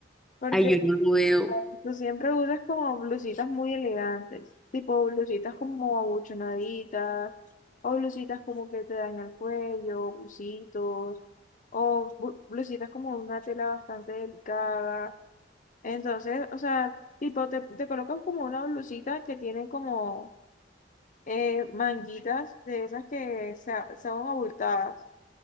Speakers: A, on the left; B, in the centre.
A: Porque
B: Ay, yo no veo.
A: oh, tú siempre usas como blusitas muy elegantes, tipo blusitas como abuchonaditas, o blusitas como que te dañan el cuello, busitos, o bu- blusitas como de una tela bastante delicada. Entonces, o sea, tipo te, te colocan como una blusita que tiene como eh, manguitas de esas que sa- son abultadas.